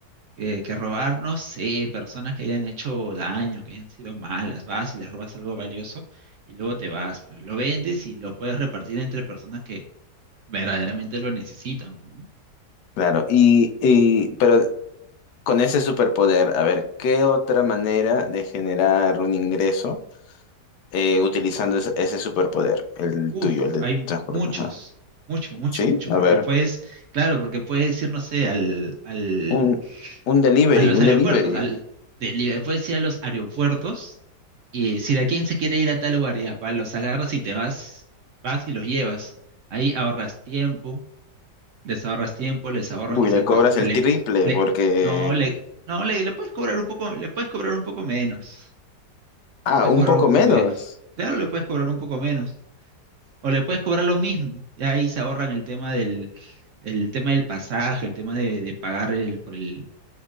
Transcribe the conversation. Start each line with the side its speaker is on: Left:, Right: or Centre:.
Right: que, que robar, no sé, personas que hayan hecho daño, que hayan sido malas, vas y les robas algo valioso y luego te vas, pues, lo vendes y lo puedes repartir entre personas que verdaderamente lo necesitan, pues, ¿no?
Left: claro. Y, y, pero con ese superpoder, a ver, ¿qué otra manera de generar un ingreso? eh, utilizando es- ese superpoder, el
Right: Uf,
Left: tuyo, el de
Right: hay muchos,
Left: transporte. ajá.
Right: mucho, mucho,
Left: ¿Sí?
Right: mucho,
Left: A
Right: porque
Left: ver,
Right: puedes, claro, porque puedes ir, no sé, al, al,
Left: un, un delivery,
Right: a los
Left: un
Right: aeropuertos,
Left: delivery.
Right: al, de libre- puedes ir a los aeropuertos y decir a quién se quiere ir a tal lugar, ya, pa, los agarras y te vas, vas y los llevas. Ahí ahorras tiempo, les ahorras tiempo, les ahorras
Left: Uy,
Right: quizá
Left: le
Right: el
Left: cobras
Right: pasaje,
Left: el
Right: le,
Left: triple
Right: le,
Left: porque...
Right: no, le, no, le, le puedes cobrar un poco, le puedes cobrar un poco menos,
Left: Ah,
Right: puedes
Left: un
Right: cobrar
Left: poco
Right: un poco
Left: menos
Right: menos. Claro, le puedes cobrar un poco menos. O le puedes cobrar lo mismo. Y ahí se ahorran el tema del, el tema del pasaje, el tema de, de pagar el, por el,